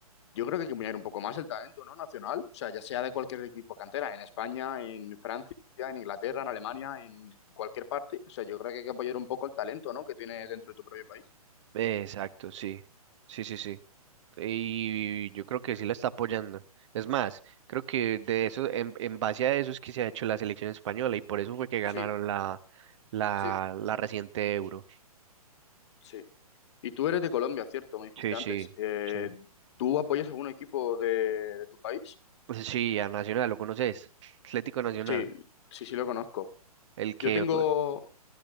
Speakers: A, on the left; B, on the right.
A: yo creo que hay que mirar un poco más el talento, ¿no? Nacional, o sea, ya sea de cualquier equipo cantera, en España, en Francia, en Inglaterra, en Alemania, en cualquier parte. O sea, yo creo que hay que apoyar un poco el talento, ¿no? Que tienes dentro de tu propio país.
B: Exacto, sí, sí, sí, sí. Y yo creo que sí la está apoyando. Es más, creo que de eso, en, en base a eso es que se ha hecho la selección española y por eso fue que ganaron
A: Sí,
B: la, la,
A: sí,
B: la reciente Euro.
A: sí. Y tú eres de Colombia, ¿cierto? Me dijiste
B: Sí, sí,
A: antes. Eh,
B: sí.
A: ¿tú apoyas algún equipo de de tu país?
B: Pues sí, a Nacional, ¿lo conoces? Atlético Nacional,
A: Sí, sí, sí lo conozco.
B: el que...
A: Yo tengo
B: fue-